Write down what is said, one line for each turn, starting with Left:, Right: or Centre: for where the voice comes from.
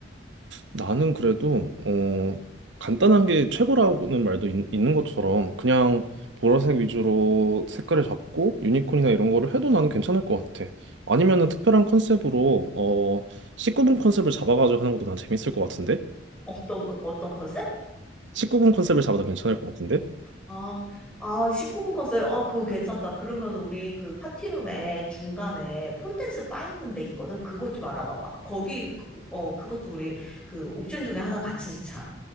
Right: 나는 그래도 어, 간단한 게 최고라는 말도 있, 는 것처럼 그냥 보라색 위주로 색깔을 잡고 유니콘이나 이런 거를 해도 나는 괜찮을 것 같아. 아니면은 특별한 컨셉으로 어, 19금 컨셉을 잡아가지고 하는 것도 난 재밌을 것 같은데?
Centre: 어떤 그- 어떤 컨셉?
Right: 19금 컨셉을 잡아도 괜찮을 것 같은데?
Centre: 아, 아, 19금 컨셉. 아, 그거 괜찮다. 그러면 우리 그 파티룸에 중간에 폴댄스 바 있는 데 있거든. 그것 좀 알아봐봐. 거기, 그- 어, 그것도 우리 그 옵션 중에 하나 같이 넣자.